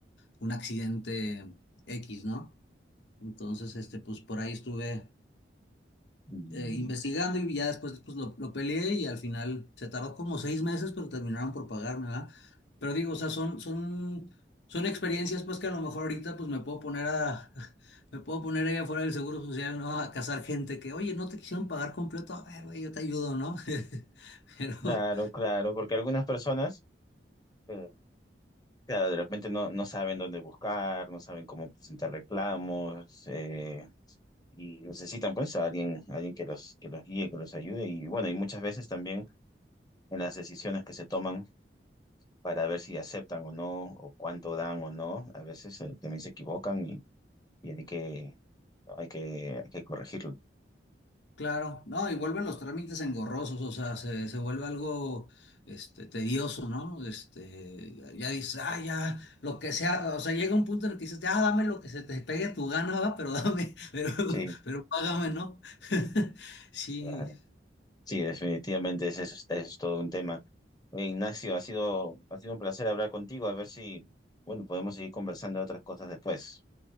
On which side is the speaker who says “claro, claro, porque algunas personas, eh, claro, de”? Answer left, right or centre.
Left